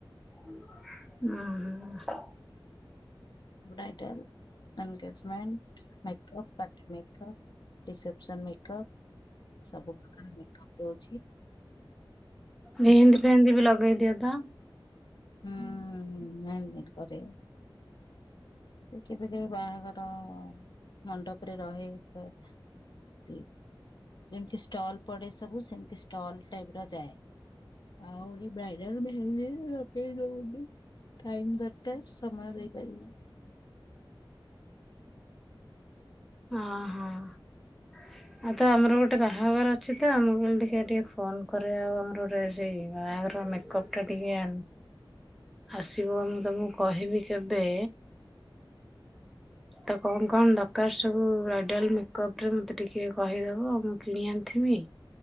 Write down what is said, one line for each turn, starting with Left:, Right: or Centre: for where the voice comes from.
Centre: ହୁଁ
Left: bridal, engagement, makeup, party makeup reception makeup ସବୁ ପ୍ରକାର ମେକଅପ ଦଉଛି। ଫେସି
Centre: ମେହନ୍ଦୀ ଫେଏନ୍ଦୀ ବି ଲଗେଇ ଦିଅ ତ
Left: ହୁଁ ମେହେନ୍ଦି କରେ। ସେ କେବେ କେବେ ବାହାଘର ମଣ୍ଡପରେ ରହେ ତ ଯେମିତି ଷ୍ଟଲ ପଡେ ସବୁ ସେମତି ଷ୍ଟଲ ଟାଇପ ର ଯାଏ ଆଉ ଏ ବାଇଡଲ ମେହେନ୍ଦି ସେଇହଉନି ଟାଇମ ଦରକାର ସମୟ ଦେଇପାରିବିନି
Centre: ହଁ ହଁ ଆଉ ତ ଆମର ଗୋଟେ ବାହାଘର ଅଛି ତ ଆମକୁ କହିଲି ଦେଖିୟା ଟିକେ ଫୋନ କରେ ଆଉ ଆମର ଗୋଟେ ସେଇ ବାହାଘର ମେକଅପ ଟା ଟିକେ ଆସିବ ମୁଁ ତମକୁ କହିବି କେବେ ତ କଣ କଣ ଦରକାର ସବୁ ବ୍ରାଇଡ଼ାଲ୍ ମେକଅପରେ ମୋତେ ଟିକେ କହିଦେବ ମୁଁ କିଣି ଆଣିଥିମି